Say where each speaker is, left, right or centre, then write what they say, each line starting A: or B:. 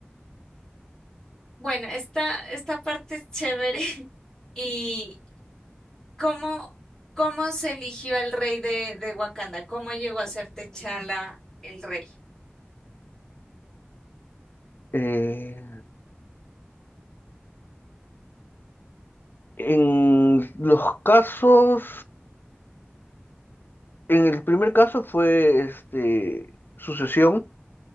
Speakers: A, on the left (about 15°); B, on the left (about 55°).
A: Bueno, esta, esta parte es chévere <laughs> y, ¿Cómo, cómo se eligió al rey de, de Wakanda? ¿Cómo llegó a ser T'Challa el rey?
B: Eh, en los casos, en el primer caso fue este, sucesión.